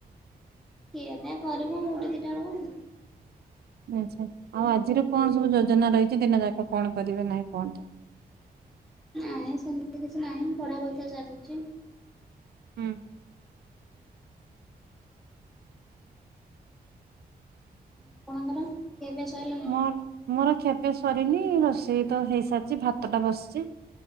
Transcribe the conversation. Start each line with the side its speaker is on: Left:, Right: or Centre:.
Centre: ଖିଆପିଆ କରିବୁ ଗୋଟେ ଦିଟା ବେଳକୁ।
Right: ଆଚ୍ଛା ଆଉ ଆଜିର କଣ ସବୁ ଯୋଜନା ରହିଛି ଦିନ ଯାକ କଣ କରିବେ ନାହିଁ କୁହନ୍ତୁ।
Centre: ନାହିଁ, ସେମିତି କିଛି ନାହିଁ। ପଢା ପଇସା ଚାଲିଛି।
Right: ହୁଁ।
Centre: ଆପଣଙ୍କର ଖିଆପିଆ ସଇଲା?
Right: ମୋର, ମୋର ଖିଆପିଆ ସରିନି। ରୋଷେଇ ତ ହେଇସାରିଛି, ଭାତ ଟା ବସିଛି।